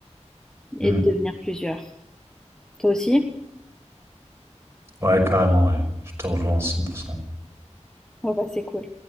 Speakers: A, in the centre; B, on the right.
A: et
B: Mm.
A: de devenir plusieurs. Toi aussi?
B: Ouais, carrément, ouais. Je te rejoins à 100%.
A: Ouais, bah, c'est cool.